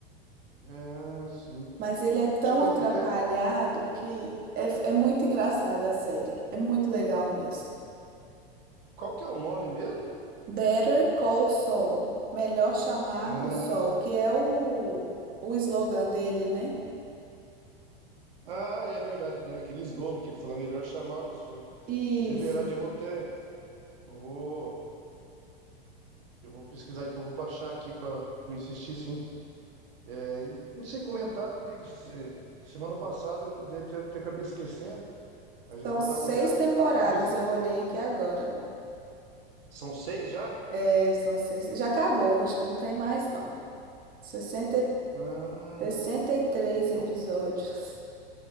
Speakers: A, on the right; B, on the right.
A: Ah, sim.
B: Mas ele é tão
A: Deixa eu-
B: atrapalhado
A: eu até-
B: que é, é muito engraçada a série. É muito legal mesmo.
A: Qual que é o nome mesmo?
B: Better Call Saul. Melhor chamar
A: Ah,
B: o Sol, que é o, o slogan dele, né?
A: ah, é verdade. Tem aquele slogan que ele fala, melhor chamar o som.
B: Isso.
A: Mas é verdade, eu vou ter. Eu vou, eu vou pesquisar depois, eu vou baixar aqui pra não insistir, sim. É, e não sei, comentaram comigo se- semana passada, eu, daí até- até acabei esquecendo, mas
B: São
A: eu vou
B: seis
A: dar uma olhada.
B: temporadas,
A: Deixa ver se-
B: eu olhei aqui agora.
A: São seis já?
B: É, são seis. Já acabou, acho que não tem mais, não. 60 e-
A: Ah,
B: 63
A: então
B: episódios.